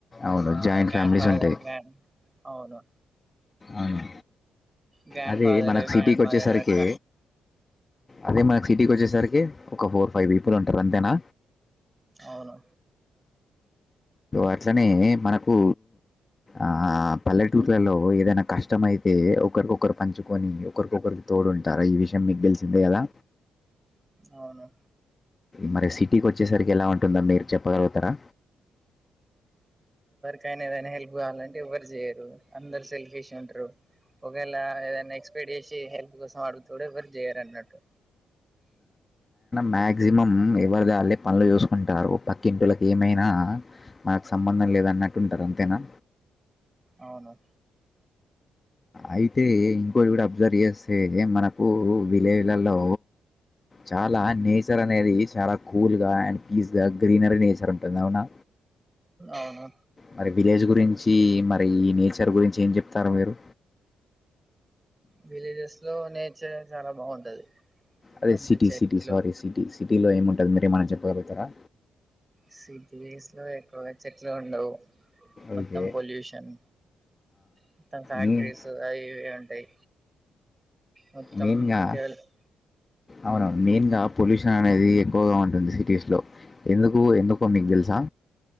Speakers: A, on the left (about 30°); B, on the right (about 20°).
A: అవును
B: ఆ
A: జాయింట్
B: గ్రాండ్
A: ఫ్యామిలీస్
B: ఫాదర్
A: ఉంటాయి
B: గ్రాండ్ అవును
A: అవును
B: గ్రాండ్
A: అది
B: ఫాదర్
A: మనకు
B: గ్రాండ్
A: సిటీకి వచ్చేసరికి
B: మదర్ అట్లా
A: అదే మనకు సిటీకి వచ్చేసరికి ఒక ఫోర్ ఫైవ్ పీపుల్ ఉంటారు అంతేనా
B: అవును
A: అట్లనే మనకు ఆ పల్లెటూర్లలో ఏదైనా కష్టం అయితే ఒకరికొకరు పంచుకొని ఒకరికొకరితో చూడుంటార ఈ విషయం మీకు తెెలిసిందే కదా
B: అవును
A: మరి సిటీకి వచ్చేసరికి ఎలా ఉంటోంది ఆండీ మీరు చెప్పగలుగుతారా
B: కానీ ఏదైనా హెల్ప్ కావాలంటే ఎవ్వరు చేయరు అందరు సెల్ఫేష్ ఉంటారు ఒకేలా ఏదైనా ఎక్స్పైర్ చేసి హెల్ప్ కోసం ఆడుగుత ఎవరి చేయరు అన్నట్టు
A: మక్సిమం ఎవరద పనులు చేూసుకుంటారు పక్కింటికి ఏమైనా మనకు సంబంధం లేద అన్నట్టు ఉంటారు అంతేనా
B: అవును
A: అయితే ఇంకోటి కూడా అబ్జర్వ్ చేస్తే మనకు విలేజ్‌లూ చాలా నేచర్ అనేది చాలా కూల్ గా అండ్ పీస్ గా గ్రీనరీ నేచర్ ఉంటుంది అవునా
B: అవును
A: మరి విలేజ్ గురి మంచి మరి ఈ నేచర్ గురించి ఏం చెప్తారు మీరు
B: విలేజెస్ లో నేచర్ చాలా బాగుంటది
A: అదే
B: మంచి
A: సిటీ
B: చెట్లు
A: సిటీ సారీ సిటీ సిటీలో ఏముంటుంది మీరే ఏమైన్నానా చెప్పగలుగుతారా
B: సిటీస్ లో ఎక్కువగా చెట్లు ఉండవు మొత్తం
A: ఓకే
B: పొల్యూషన్ మొత్తం ఫ్యాక్టరీస్
A: మెయిన్
B: అవివి ఉంటాయి మొత్తం
A: మెయిన్గా
B: డెవలప్
A: అవును మెయిన్ గా పొల్యూషన్ అనేది ఎక్కువగా ఉంటుంది సిటీస్ లో ఎందుకు ఎందుకో మీకు తెలుసా